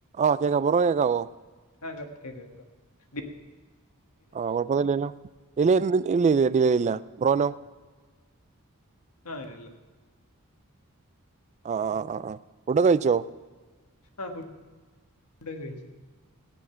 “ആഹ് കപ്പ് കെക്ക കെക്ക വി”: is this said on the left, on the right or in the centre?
Left